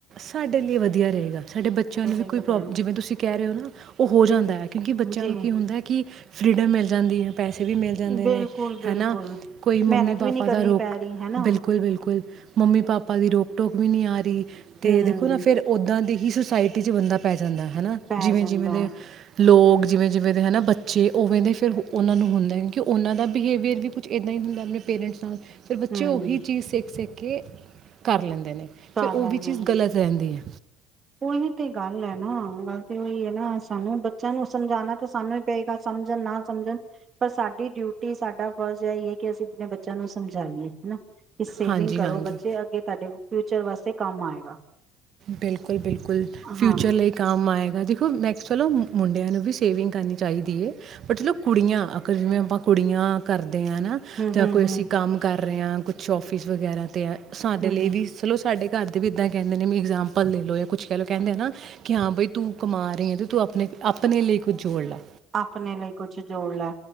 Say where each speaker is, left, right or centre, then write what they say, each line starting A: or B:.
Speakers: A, on the right; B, on the right.
A: ਸਾਡੇ ਲਈ ਵਧੀਆ ਰਹੇਗਾ। ਸਾਡੇ ਬੱਚਿਆਂ ਨੂੰ
B: ਲਈ
A: ਵੀ ਕੋਈ
B: ਵਧੀਆ
A: ਪ੍ਰੋਬਲਮ
B: ਨੀ।
A: ਜਿਵੇਂ ਤੁਸੀਂ ਕਹਿ ਰਹੇ ਹੋ ਨਾ ਉਹ ਹੋ ਜਾਂਦਾ ਹੈ ਕਿਉਂਕਿ ਬੱਚਿਆਂ
B: ਜੀ
A: ਨੂੰ ਕੀ ਹੁੰਦਾ ਕਿ ਫ੍ਰੀਡਮ ਮਿਲ ਜਾਂਦੀ ਪੈਸੇ ਵੀ ਮਿਲ ਜਾਂਦੇ
B: ਬਿਲਕੁਲ-ਬਿਲਕੁਲ
A: ਨੇ ਹੈ ਨਾ ਕੋਈ ਮੰਮੀ
B: ਮਿਹਨਤ ਵੀ
A: ਪਾਪਾ
B: ਨੀ ਕਰਨੀ
A: ਦਾ ਰੋਕ
B: ਪੈ ਰਹੀ ਹਨਾ
A: ਬਿਲਕੁਲ-ਬਿਲਕੁਲ ਮੰਮੀ ਪਾਪਾ ਦੀ ਰੋਕ ਟੋਕ ਵੀ ਨੀ ਆ ਰਹੀ
B: ਹੂੰ-ਹੂੰ
A: ਤੇ ਦੇਖੋ ਨਾ ਫੇਰ ਓਦਾਂ ਦੀ ਹੀ ਸੋਸਾਇਟੀ 'ਚ ਬੰਦਾ ਬੈ ਹਨਾ
B: ਪੈ
A: ਜਿਵੇਂ-ਜਿਵੇਂ
B: ਜਾਂਦਾ
A: ਦੇ
B: ਹੈ
A: ਲੋਗ ਜਿਵੇਂ-ਜਿਵੇਂ ਦੇ ਹੈ ਨਾ ਬੱਚੇ ਉਵੇਂ ਦੇ ਫਿਰ ਉਹਨਾਂ ਨੂੰ ਹੁੰਦਾ ਹੈ। ਕਿਉਂਕਿ ਉਹਨਾਂ ਦਾ ਬਿਹੇਵੀਅਰ ਵੀ ਕੁਝ ਇੱਦਾਂ ਹੀ ਹੁੰਦਾ ਆਪਣੇ ਪੇਰੈਂਟਸ ਨਾਲ ਫਿਰ ਬੱਚੇ
B: ਹਮ
A: ਉਹੀ ਸੇਕ ਸੇਕੇ ਕੇ ਕਰ ਲੈਂਦੇ ਨੇ।
B: ਕਰ
A: ਫਿਰ ਉਹ
B: ਲੈਂਦੇ
A: ਵੀ ਚੀਜ਼
B: ਨੇ
A: ਗ਼ਲਤ ਰਹਿੰਦੀ ਐ।
B: ਉਹੀ ਤੇ ਗੱਲ ਹੈ ਨਾ ਗੱਲ ਤੇ ਉਹੀ ਹੈ ਨਾ ਗੱਲ ਤੇ ਉਹੀ ਹੈ ਨਾ ਸਾਨੂੰ ਬੱਚਿਆਂ ਨੂੰ ਸਮਝਾਉਣਾ ਤਾਂ ਸਾਨੂੰ ਹੀ ਪਏਗਾ ਸਮਝਣ ਨਾ ਸਮਝਣ ਪਰ ਸਾਡੀ ਡਿਊਟੀ, ਸਾਡਾ ਫਰਜ਼ ਹੈਹੀ ਹੈ ਕਿ ਅਸੀਂ ਆਪਣੇ ਬੱਚਿਆਂ ਨੂੰ ਸਮਝਾਈਏ ਹਨਾ। ਕਿ ਸੇਵਿੰਗ
A: ਹਾਂਜੀ
B: ਕਰੋ
A: ਹਾਂਜੀ
B: ਬੱਚੇ ਅੱਗੇ ਤੁਹਾਡੇ ਫਿਊਚਰ ਵਾਸਤੇ ਕੰਮ ਆਏਗਾ।
A: ਬਿਲਕੁਲ ਬਿਲਕੁਲ-ਬਿਲਕੁਲ
B: ਹਾਂ
A: ਫਿਊਚਰ ਲਈ ਕੰਮ ਆਏਗਾ। ਦੇਖੋ <unintelligible> ਮੁੰਡਿਆਂ ਨੂੰ ਵੀ ਸੇਵਿੰਗ ਕਰਨੀ ਚਾਹੀਦੀ ਹੈ। ਬਟ ਕੁੜੀਆਂ ਅਗਰ ਜਿਵੇਂ ਆਪਾਂ ਕੁੜੀਆਂ ਕਰਦੇ <unintelligible>
B: ਹਮ
A: ਜਾਂ
B: ਹਮ
A: ਕੋਈ
B: ਹਮ ਹਮ
A: ਅਸੀਂ ਕੰਮ ਕਰ ਕਰ ਰਹੇ ਹਾ ਕੁਛ ਆਫਿਸ ਵਗੈਰਾ ਤੇ ਆ ਸਾਡੇ
B: ਹਮ
A: ਲਈ ਵੀ ਚਲੋ ਸਾਡੇ ਘਰ ਦੇ ਵੀ ਐਦਾਂ ਕਹਿੰਦੇ ਨੇ ਬਈ। ਇਗਜੈਮਪਲ ਦੇ ਲਓ ਜਾਂ ਕੁਛ ਕਹਿ ਲਓ ਕਹਿੰਦੇ ਨਾ ਕਿ ਹਾਂ ਤੂੰ ਕਮਾ ਰਹੀ ਹੈ ਤੇ ਤੂੰ ਆਪਣੇ-ਆਪਣੇ ਲਈ ਕੁਝ ਜੋੜ ਲੈ।
B: ਆਪਣੇ ਲਈ ਕੁਛ ਜੋੜ ਲੈ,